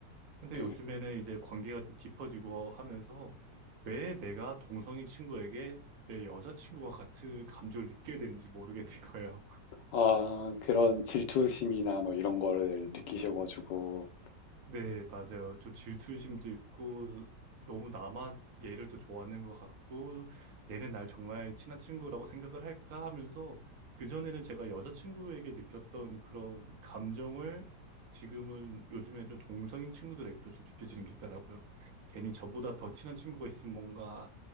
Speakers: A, on the right; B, on the left.
A: 근데
B: 네.
A: 요즘에는 이제 관계가 좀 깊어지고 하면서 왜 내가 동성인 친구에게 내 여자친구와 같은 감정을 느껴야 되는지 모르겠는 <laughs> 거예요.
B: 아, 그런 질투심이나 뭐 이런 거를 느끼셔가지고
A: 네, 맞아요. 좀 질투심도 있고, 너무 나만 얘를 또 좋아하는 것 같고, 얘는 날 정말 친한 친구라고 생각을 할까 하면서, 그전에는 제가 여자친구에게 느꼈던 그런 감정을 지금은 요즘에 좀 동성인 친구들에게도 좀 느껴지는 게 있더라고요. 괜히 저보다 더 친한 친구가 있으면 뭔가